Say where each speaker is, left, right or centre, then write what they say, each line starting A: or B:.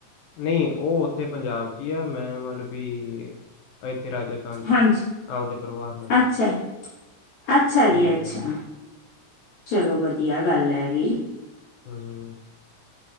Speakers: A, on the left; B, on the left.
A: ਨਹੀਂ ਉਹ ਉੱਥੇ ਪੰਜਾਬ ਚ ਹੀ ਆ ਮੈਂ ਮਤਲਬ ਕਿ ਇਥੇ ਰਾਜਸਥਾਨ ਚ
B: ਹਾਂਜੀ
A: ਆਪਦੇ ਪਰਿਵਾਰ ਨਾਲ।
B: ਅੱਛਾ ਅੱਛਾ ਜੀ
A: ਹਮ
B: ਅੱਛਾ
A: ਹ
B: ਚਲੋ ਵਧੀਆ ਗੱਲ ਹੈਵੀ
A: ਹਮ